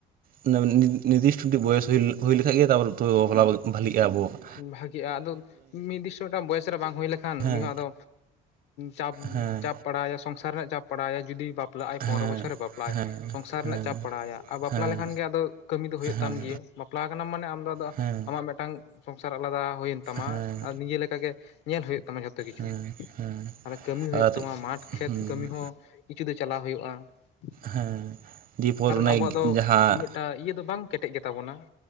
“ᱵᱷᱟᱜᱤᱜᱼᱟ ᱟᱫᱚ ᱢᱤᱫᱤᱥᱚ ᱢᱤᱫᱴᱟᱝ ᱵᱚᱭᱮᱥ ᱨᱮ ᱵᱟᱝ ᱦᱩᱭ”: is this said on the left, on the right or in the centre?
Left